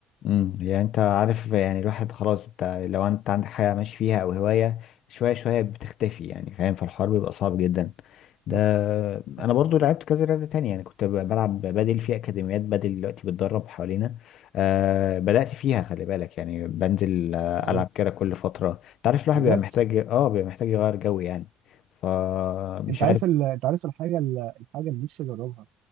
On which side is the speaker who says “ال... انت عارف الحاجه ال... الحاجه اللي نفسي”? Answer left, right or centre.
Right